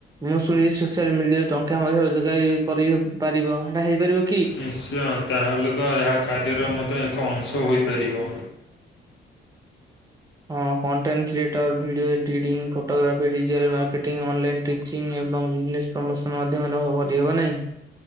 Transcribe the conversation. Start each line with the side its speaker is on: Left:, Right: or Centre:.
Right: ମୁଁ ଶୁଣିଛି ସୋସିଆଲ ମିଡିଆରେ ଟଙ୍କା ମଧ୍ୟ ରୋଜଗାର ହେଇ କରିପାରିବ ହେଟା ହେଇପାରିବ କି?
Left: ନିଶ୍ଚୟ ତାହେଲେ ତ ଏହା ଖାଦ୍ୟର ମଧ୍ୟ ଏକ ଅଂଶ ହୋଇପାରିବ।
Right: ହଁ content creator video editing photography digital marketing online teaching ଏ ଏବଂ ବିଜନେଶ୍ ପ୍ରମୋସନ ମାଧ୍ୟମରେ ହବ ନାହିଁ <unintelligible>